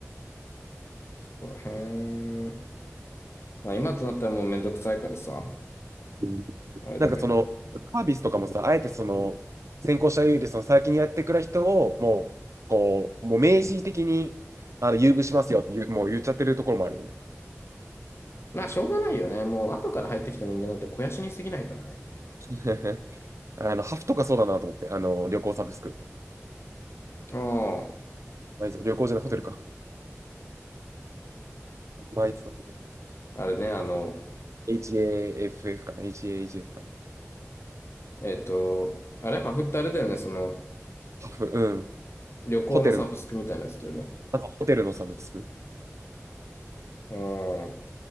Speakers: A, on the left; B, on the right.
A: そこら辺、まあ今となったらもうめんどくさいからさ、
B: うん
A: あれだけど。
B: なんかその、サービスとかもさ、あえてその、先行者優位で、その先にやってくれる人を、もう、こう、もう明示的に、あの、優遇しますよって言う、もう言っちゃってるところもあるよね。
A: まあ、しょうがないよね。もう、後から入ってきた人間なんて肥やしに過ぎないからね。
B: <laughs> あの、ハフとかそうだなと思って、あの、旅行サブスク。
A: あ
B: まあいつ旅行じゃない、ホテルか。まあ、いつだと思うんだけど、
A: あれね、あの、
B: ハフ HAFF かな、HAHF かな。
A: えっと、あれ、ハフってあれだよね。その、
B: ハフ、うん。
A: 旅行のサブスクみたいなやつだよね。
B: ホテル、まずホテルのサブスク。
A: うん、